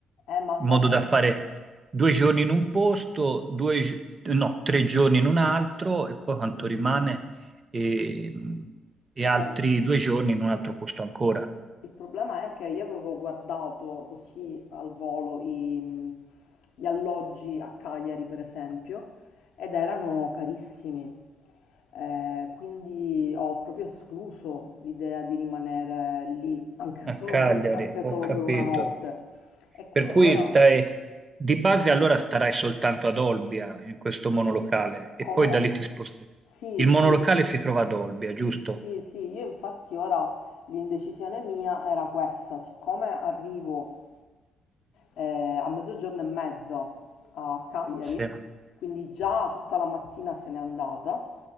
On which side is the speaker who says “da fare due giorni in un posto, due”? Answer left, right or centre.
Right